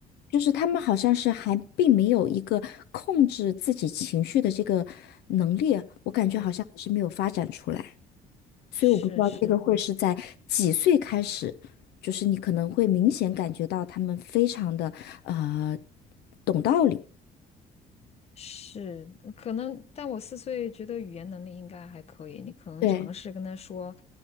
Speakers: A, on the left; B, on the left.
A: 就是他们好像是还并没有一个控制自己情绪的这个能力，我感觉好像还是没有发展出来。
B: 对，
A: 所以我不知道这个会是在几岁开始，
B: 是是，
A: 就是你可能会明显感觉到他们非常的呃懂道理。
B: 是，可能，但我四岁觉得语言能力应该还可以。你可能尝试跟他说，
A: 对，